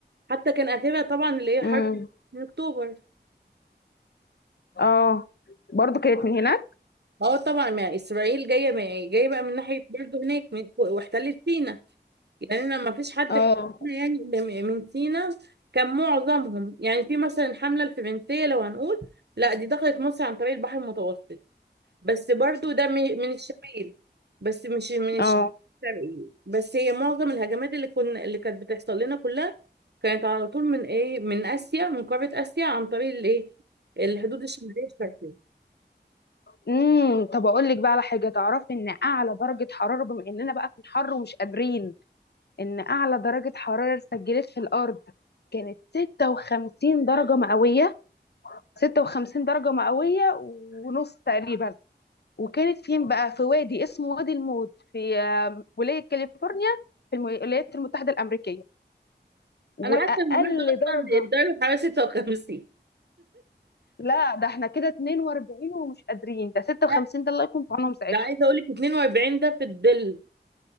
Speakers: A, on the right; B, on the left.
A: حتى كان اخرها طبعا اللي هي حرب
B: أمم.
A: من اكتوبر
B: اه برضو كانت من هناك
A: اه طبعا ما اسرائيل جايه ما جايه بقى من ناحيه برضه هناك من واحتلت سينا يعني انا ما فيش حد
B: اه
A: احتلنا يعني إلا م- من سينا كان معظمهم يعني في مثلا الحمله الفرنسيه لو هنقول لا دي دخلت مصر عن طريق البحر المتوسط بس برضو ده من من الشمال بس مش من الشرقي
B: اه
A: بس هي معظم الهجمات اللي كنا اللي كانت بتحصل لنا كلها كانت على طول من ايه من اسيا من قاره اسيا عن طريق الايه الحدود الشماليه الشرقيه
B: امم طب اقول لك بقى على حاجه تعرفي ان اعلى درجه حراره بما اننا بقى في الحر ومش قادرين ان اعلى درجه حراره سجلت في الارض كانت 56 درجه مئويه 56 درجه مئويه ونص تقريبا وكانت فين بقى في وادي اسمه وادي الموت في آم، ولايه كاليفورنيا في الم- الولايات المتحده الامريكيه
A: انا
B: واقل
A: حاسه النهارده اصلا
B: درجه
A: الدرجه الحراريه 56
B: لا ده احنا كده 42 ومش قادرين ده 56
A: لا
B: ده الله يكون في عونهم ساعتها
A: ده عايزه اقول لك 42 ده في الظل